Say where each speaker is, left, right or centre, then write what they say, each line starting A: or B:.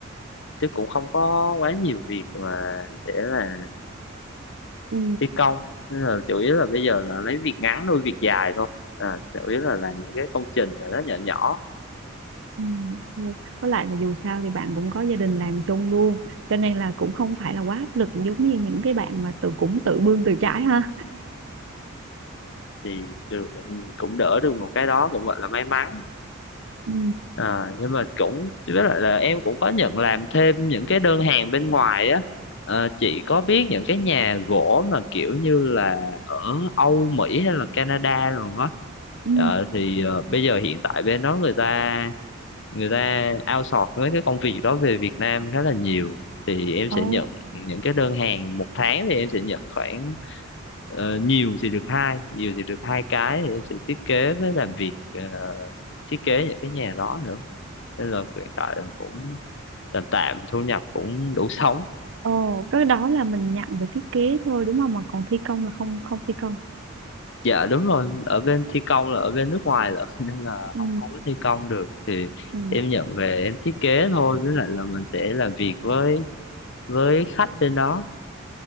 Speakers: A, on the left; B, on the right.
A: chứ cũng không có quá nhiều việc mà để là
B: Ừ.
A: thi công nên là chủ yếu là bây giờ là lấy việc ngắn nuôi việc dài thôi à, chủ yếu là làm những cái công trình mà nó nhỏ nhỏ
B: Ừ. ừ. Với lại là dù sao thì bạn cũng có gia đình làm chung luôn cho nên là cũng không phải là quá áp lực giống như những cái bạn mà tự cũng tự bươn tự trái ha.
A: thì được ừ, cũng đỡ được một cái đó cũng gọi là may mắn
B: Ừ.
A: À, nhưng mà cũng với lại là em cũng có nhận làm thêm những cái đơn hàng bên ngoài á Ờ, chị có biết những cái nhà gỗ mà kiểu như là ở Âu Mỹ hay là Canada rồi á
B: Ừ.
A: Ờ, thì ờ, bây giờ hiện tại bên đó người ta người ta outsource với cái công việc đó về Việt Nam khá là nhiều thì em
B: Ồ,
A: sẽ nhận những cái đơn hàng một tháng thì em sẽ nhận khoảng ờ, nhiều thì được hai nhiều thì được hai cái thì em sẽ thiết kế với làm việc ờ, thiết kế những cái nhà đó nữa nên là hiện tại là cũng tạm tạm thu nhập cũng đủ sống
B: ồ, cái đó là mình nhận về thiết kế thôi đúng không? Mà còn thi công là không không thi công.
A: dạ đúng rồi ở bên thi công là ở bên nước ngoài là <laughs> nên là
B: Ừ.
A: không không có thi công được thì
B: Ừ.
A: em nhận về em thiết kế thôi với lại là mình sẽ làm việc với với khách bên đó